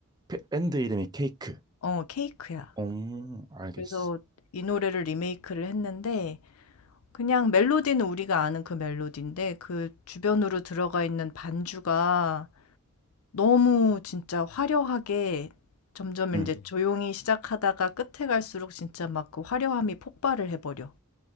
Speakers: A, on the right (about 20°); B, on the left (about 70°).
A: 밴드 이름이 케이크.
B: 어 케이크야.
A: 오, 알겠어.
B: 그래서 이 노래를 리메이크를 했는데 그냥 멜로디는 우리가 아는 그 멜로디인데 그 주변으로 들어가 있는 반주가 너무 진짜 화려하게 점점
A: 음.
B: 이제 네. 조용히 시작하다가 끝에 갈수록 진짜 막 그 화려함이 폭발을 해 버려.